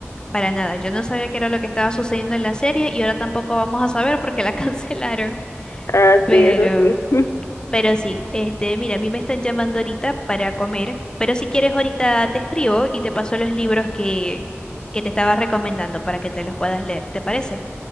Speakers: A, on the left (about 20°); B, on the left (about 80°).
A: Para nada, yo no sabía qué era lo que estaba sucediendo en la serie y ahora tampoco vamos a saber porque la <laughs> cancelaron.
B: Ah,
A: Pero,
B: sí, eso sí. <laughs>
A: pero sí, este, mira, a mí me están llamando ahorita para comer, pero si quieres ahorita te escribo y te paso los libros que, que te estaba recomendando para que te los puedas leer, ¿te parece?